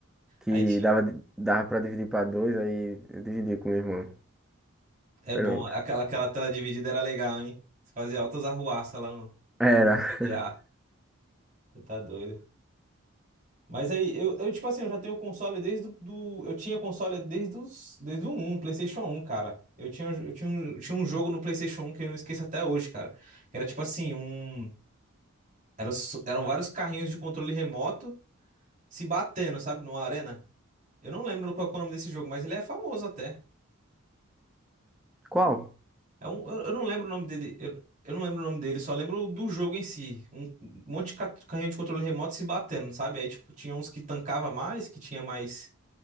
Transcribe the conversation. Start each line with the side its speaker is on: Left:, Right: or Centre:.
Centre: Que
Right: Aí tinha.
Centre: dava, dava pra dividir pra dois, aí eu dividi com meu irmão.
Right: É
Centre: Era.
Right: bom.
Centre: louco.
Right: Aquela, aquela tela dividida era legal, hein? Você fazia altas arruaças lá no
Centre: Era.
Right: GTA.
Centre: <laughs>
Right: Você tá doido. Mas aí, eu, eu, tipo assim, eu já tenho console desde do, do- eu tinha console desde os, desde o um PlayStation um cara. Eu tinha, eu tinha, um, tinha um jogo no PlayStation um que eu não esqueço até hoje, cara. Que era tipo assim, um, era, só- eram vários carrinhos de controle remoto se batendo, sabe, numa arena. Eu não lembro qual é o nome desse jogo, mas ele é famoso até.
Centre: Qual?
Right: É um, eu, eu não lembro o nome dele, eu, eu não lembro o nome dele, só lembro do jogo em si. Um, um monte de ca- carrinho de controle remoto se batendo, sabe? Aí, tipo, tinha uns que tancava mais, que tinha mais